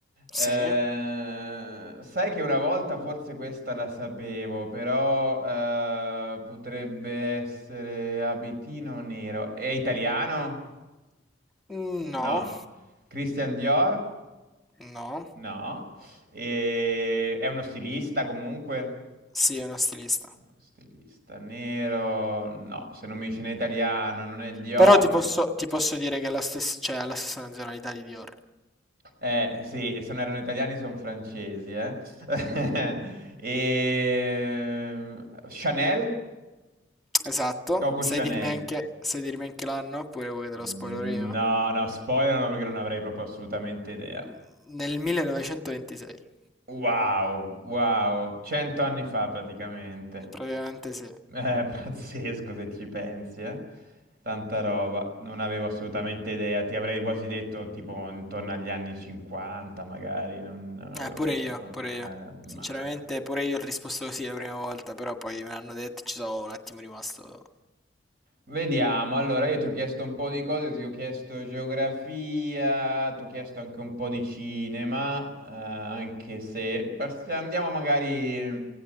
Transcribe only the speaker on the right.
Eh, sai che una volta forse questa la sapevo, però eh, potrebbe essere abitino nero. È italiano?
No. Christian Dior?
No. E- È uno stilista comunque?
Uno Stilista nero? No, se non mi dice in italiano, non è Dior.
Eh sì, e se non erano italiani sono francesi, eh. <laughs> E... Chanel?
Coco
Chanel.
No,
no, spoilerano perché non avrei proprio assolutamente idea.
Wow, wow, cento anni fa praticamente.
Eh, <laughs> pazzesco se ci pensi, eh. Tanta roba, non avevo assolutamente idea, ti avrei quasi detto tipo intorno agli anni 50 magari, non, non avevo
proprio...
eh, ma...
Vediamo, allora io ti ho chiesto un po' di cose, ti ho chiesto geografia, ti ho chiesto anche un po' di cinema, eh, anche se pass- andiamo magari